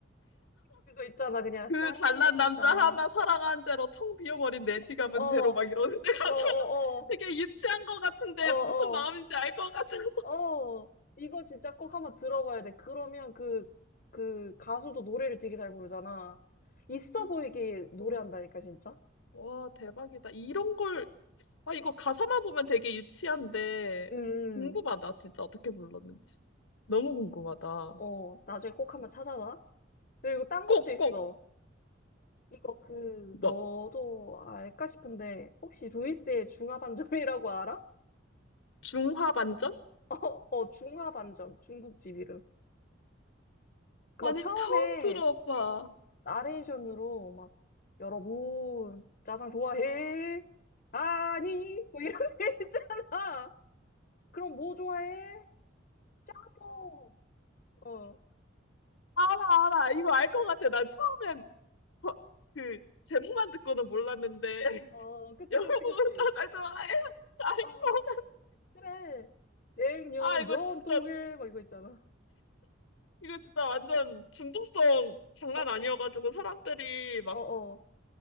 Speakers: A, on the left; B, on the left.
A: 그거 있잖아, 그냥
B: 그
A: 따라리따따.
B: 잘난 남자 하나 사랑한 죄로 텅 비어버린 내 지갑은
A: 어, 어,
B: 죄로 막 이러는데 <laughs> 가사가
A: 어, 어,
B: 되게 유치한 것 같은데
A: 어,
B: 무슨 마음인지 알 것 같아서
A: 어, 어. 이거 진짜 꼭 한번 들어봐야 돼. 그러면 그, 그 가수도 노래를 되게 잘 부르잖아. 있어
B: <laughs>
A: 보이게 노래한다니까,
B: 와,
A: 진짜.
B: 와 대박이다 이런 걸 아 이거 가사만 보면 되게 유치한데
A: 음,
B: 궁금하다 진짜 어떻게 불렀는지 너무 궁금하다.
A: 어, 나중에 꼭 한번 찾아봐. 그리고 딴
B: 꼭꼭
A: 것도 있어. 이거 그,
B: 뭐,
A: 너도 알까 싶은데, 혹시 루이스의 중화반점이라고 알아?
B: 중화 반점?
A: <laughs> 어, 어, 중화반점. 중국집 이름. 그
B: 아니,
A: 막 처음에
B: 처음 들어봐.
A: 나레이션으로 막, 여러분, 짜장 좋아해? 아니, 뭐 이런 <laughs> 게 있잖아. 그럼 뭐 좋아해? 짬뽕. 어,
B: 알아, 알아. 이거 알 것 같아. 난 처음엔 저- 그 제목만 듣고는 몰랐는데 <laughs>
A: 어, 그치,
B: 여러분
A: 그치, 그치.
B: 저잘 좋아해요. 알것
A: 어,
B: 같아.
A: 그래. 냉면
B: 아 이거
A: 전통에,
B: 진짜
A: 막 이거 있잖아.
B: 이거 진짜 완전 중독성 장난
A: 어,
B: 아니어가지고 사람들이 막
A: 어, 어,